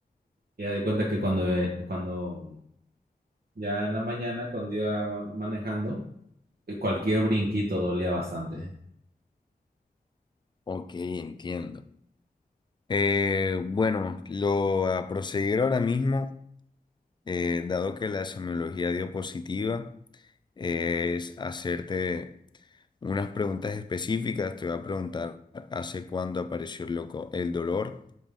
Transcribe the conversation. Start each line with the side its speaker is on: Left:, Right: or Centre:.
Right: Ya di cuenta que cuando, eh, cuando ya en la mañana, cuando iba manejando, eh, cualquier brinquito dolía bastante.
Left: Ok, entiendo. Eh, bueno, lo a proseguir ahora mismo. eh, dado que la semiología dio positiva, eh, es hacerte unas preguntas específicas. Te voy a preguntar hace cuándo apareció el, loco, el dolor